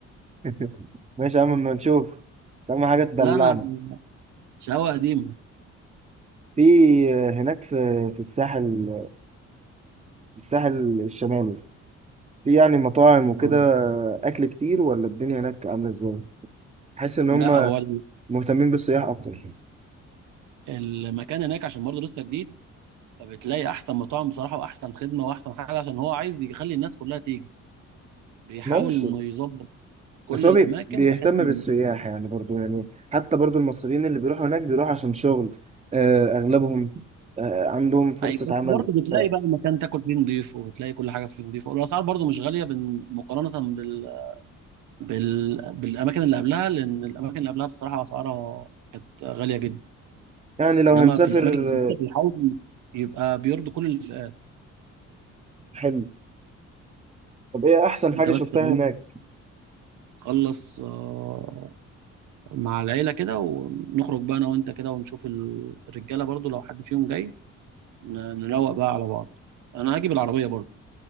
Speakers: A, on the right; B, on the right.
A: <laughs> ماشي يا عم اما نشوف بس اهم حاجه تدلعنا
B: لا انا شقاوه قديمه
A: في آه، هناك في في الساحل الساحل الشمالي في يعني مطاعم وكده
B: آه.
A: آه، اكل كتير ولا الدنيا هناك عامله ازاي بحس ان هم
B: لا هو ال-
A: مهتمين بالسياح اكتر
B: المكان هناك عشان برضه لسه جديد فبتلاقي احسن مطاعم بصراحه واحسن خدمه واحسن حاجه عشان هو عايز يخلي الناس كلها تيجي بيحاول
A: معرفش
B: انه يظبط كل
A: بس هو
B: الاماكن
A: بي- بيهتم
B: بحيث انه
A: بالسياح يعني برضو يعني حتى برضو المصريين اللي بيروحوا هناك بيروحوا عشان شغل آه، أغلبهم آه، عندهم فرصة
B: اي بس
A: عمل
B: برضه بتلاقي
A: آه،
B: بقى المكان تاكل فيه نضيف وبتلاقي كل حاجه فيه نضيفه والاسعار برضه مش غاليه بن- مقارنه بال... بال... بالاماكن اللي قبلها لان الاماكن اللي قبلها بصراحه اسعارها كانت غاليه جدا
A: يعني لو
B: انما
A: هنسافر
B: في الاماكن الجديده
A: آه،
B: بيحاولوا يبقى بيرضوا كل الفئات
A: حلو طب إيه أحسن
B: انت
A: حاجة
B: بس
A: شفتها هناك
B: خلص آه، مع العيلة كده ونخرج بقى انا وانت كده ونشوف ال- الرجالة برضو لو حد فيهم جاي ن- نروق بقى على بعض انا هاجي بالعربية برضو